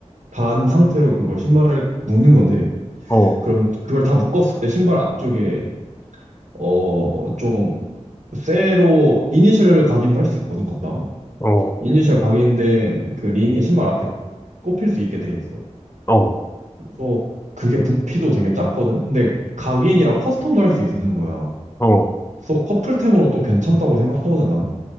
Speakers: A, on the right; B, on the left.
A: 단 상태로 그걸 신발을 묶는 건데,
B: 어,
A: 그럼 그걸 다 묶었을 때 신발 앞쪽에, 어, 좀, 쇠로 이니셜 각인도 할 수 있거든, 걷다가.
B: 어,
A: 이니셜 각인된 그 링이 신발 앞에 꼽힐 수 있게 돼 있어.
B: 어,
A: 그래서 그게 부피도 되게 작거든? 근데 각인이라 커스텀도 할 수 있는 거야.
B: 어,
A: 그래서 커플템으로 또 괜찮다고 생각하거든, 나는?